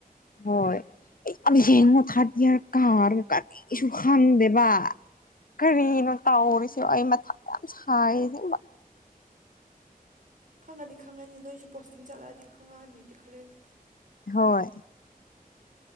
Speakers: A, on the left (about 65°); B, on the right (about 60°).
A: ꯍꯣꯏ ꯑꯩ ꯑꯝ ꯌꯦꯡꯉꯣ ꯊꯥꯔꯗ ꯌꯤꯑꯔ ꯀꯥꯔꯒ ꯀꯔꯤꯁꯨ ꯈꯪꯗꯦꯕ ꯀꯔꯤꯅꯣ ꯇꯧꯔꯤꯁꯤ ꯑꯩ ꯃꯊꯥ ꯌꯥꯝ ꯁꯥꯏꯌꯦ ꯑꯁꯦꯡꯕ
B: ꯈꯪꯉꯅꯤ ꯈꯪꯉꯅꯤ ꯅꯣꯏꯁꯨ ꯄꯣꯁꯇꯤꯡ ꯆꯠꯂꯛꯑꯗꯤ ꯈꯪꯉꯛꯑꯅꯤꯗ ꯈꯔꯗꯤ
A: ꯍꯣꯏ